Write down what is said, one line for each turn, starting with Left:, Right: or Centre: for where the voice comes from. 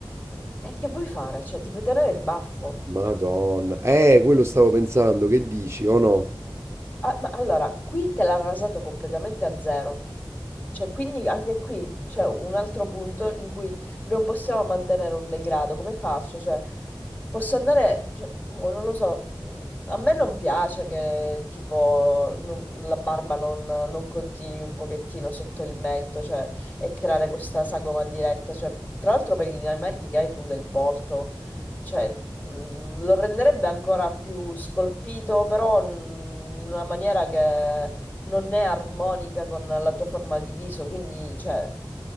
Left: e che vuoi fare? Cioè, ti puoi tenere il baffo.
Right: Madonna. Eh, quello stavo pensando, che dici, o no?
Left: Ah, ma allora, qui te l'ha rasato completamente a zero. Cioè, quindi anche qui c'è un altro punto in cui non possiamo mantenere un degrado. Come faccio? Cioè, posso andare, cioè, boh, non lo so, mh, a me non piace che tipo non- la barba non, non continui un pochettino sotto il mento, cioè, e creare questa sagoma diretta. Cioè, tra l'altro per i lineamenti che hai tu del volto. cioè, mh, lo renderebbe ancora più scolpito, però mh, in una maniera che non è armonica con la tua forma di viso, quindi, cioè,